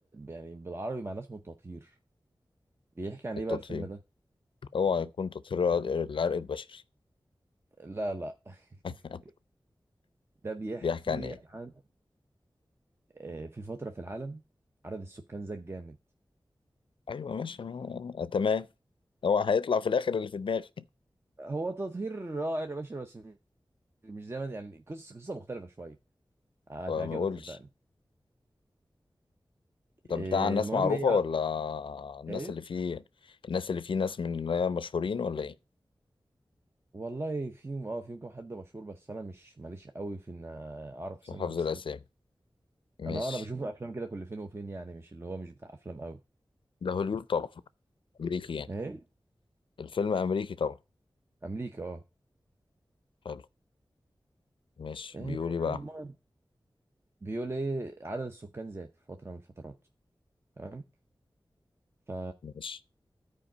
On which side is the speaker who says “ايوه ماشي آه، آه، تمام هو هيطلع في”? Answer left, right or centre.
Left